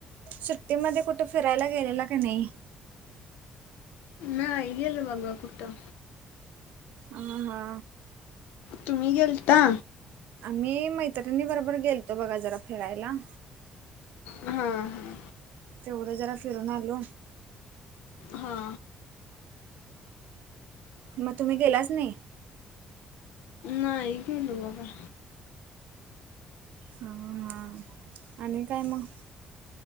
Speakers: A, on the right (about 70°); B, on the left (about 75°).
A: सुट्टीमध्ये कुठे फिरायला गेलेला का नाही?
B: नाही गेलं बघा कुठं.
A: हम हा
B: तुम्ही गेलता?
A: आम्ही मैत्रिणी बरोबर गेलतो बघा जरा फिरायला.
B: हम्म हम्.
A: तेवढं जरा फिरून आलो.
B: हा.
A: मं तुम्ही गेलाच नाही?
B: नाही गेलो बाबा.
A: हा हा आणि काय मग?